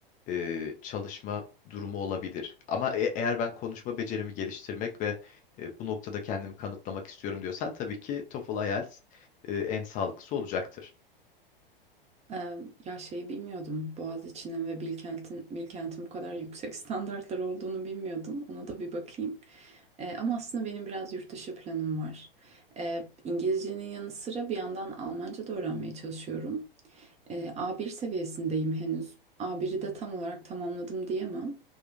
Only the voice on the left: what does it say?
e, çalışma durumu olabilir. Ama e- eğer ben konuşma becerimi geliştirmek ve e, bu noktada kendimi kanıtlamak istiyorum diyorsan tabii ki TOEFL IELTS e, en sağlıklısı olacaktır.